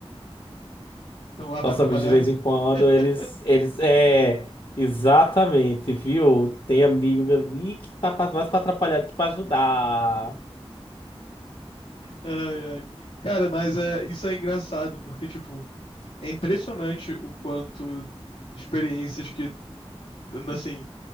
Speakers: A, on the left (about 80°); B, on the left (about 55°).
A: Estão lá pra
B: Nossos
A: atrapalhar.
B: amigos de vez em quando,
A: <laughs>
B: eles. Eles. É. Exatamente, viu? Tem amigo ali que tá pra- mais pra atrapalhar do que pra ajudar.
A: Ai, ai. Cara, mas é, isso é engraçado, porque, tipo, é impressionante o quanto experiências que, assim,